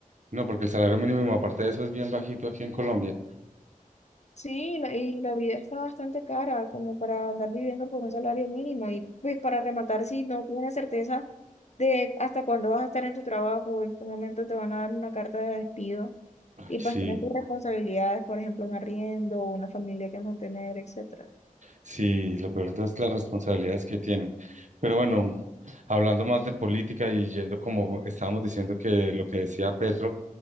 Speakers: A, on the right; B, on the left.
A: No, porque el salario mínimo, aparte de eso, es bien bajito aquí en Colombia.
B: Sí, la- y la vida está bastante cara como para andar viviendo por un salario mínimo y pues para rematar, si no tienes certeza de hasta cuándo vas a estar en tu trabajo, en qué momento te van a dar una carta de despido
A: Ay,
B: y pues
A: sí.
B: tienes tus responsabilidades, por ejemplo, un arriendo, una familia que mantener, etc.
A: Sí, lo peor es las responsabilidades que tienen. Pero bueno, hablando más de política y yendo como estábamos diciendo que lo que decía Petro,